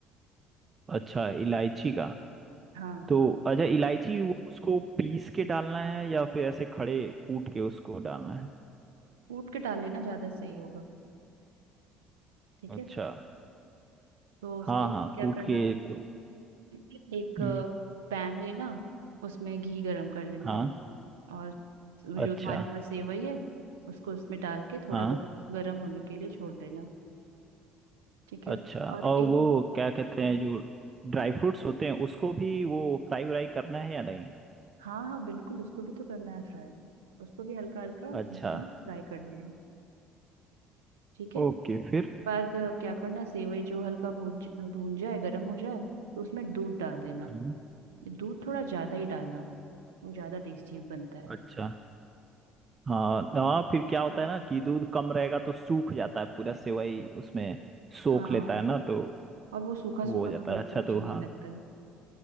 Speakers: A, on the right (about 30°); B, on the right (about 85°).
A: अच्छा इलायची का
B: हाँ
A: तो
B: हाँ
A: अच्छा इलायची वो उसको पीस के डालना है या फिर ऐसे खड़े कूट के उसको डालना है
B: कूट के डाल लेना ज्यादा सही होगा ठीक
A: अच्छा
B: है तो उसके
A: हाँ
B: बाद
A: हाँ
B: क्या
A: कूट
B: करना
A: के तो
B: एक
A: हम्म
B: पैन लेना उसमें घी गरम कर लेना
A: हाँ
B: और जो
A: अच्छा
B: तुम्हारे पास सेवई है उसको उसमें डाल के थोड़ा
A: हाँ
B: गरम गरम होने के लिए छोड़ देना ठीक है
A: अच्छा
B: और
A: और
B: एक
A: वो क्या कहते हैं जो ड्राई फ्रूट्स होते हैं उसको भी वो फ्राई व्राई करना है या नहीं
B: हाँ हाँ बिल्कुल उसको भी तो करना है फ्राई उसको भी हल्का हल्का घी
A: अच्छा
B: में फ्राई कर लेना है ठीक है
A: ओके फिर
B: बाद अ, क्या करना सेवई जो हल्का भून भून जाए गर्म हो जाए तो उसमें दूध डाल देना
A: हम्म,
B: दूध थोड़ा ज्यादा ही डालना वो ज्यादा टेस्टी बनता है
A: अच्छा हाँ हाँ फिर क्या होता है ना कि दूध कम रहेगा तो सूख जाता है पूरा सेवई उसमें सोख
B: हाँ
A: लेता है ना तो
B: और वो सूखा सूखा
A: वो हो जाता
B: तो बिल्कुल
A: है अच्छा
B: अच्छा
A: तो
B: नहीं
A: हाँ
B: लगता है